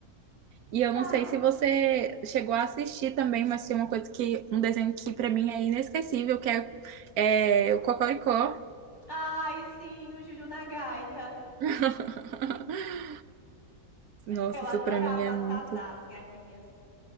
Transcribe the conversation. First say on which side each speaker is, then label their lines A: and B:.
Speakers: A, on the right (about 75°); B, on the left (about 30°).
A: E eu
B: Ah.
A: não sei se você chegou a assistir também, mas tem uma coisa que. Um desenho que pra mim é inesquecível, que é, é o Cocoricó.
B: Ai, sim, o Júlio na gaita.
A: <laughs> Nossa,
B: Eu adorava
A: isso pra mim é
B: as
A: muito.
B: as as galinhas.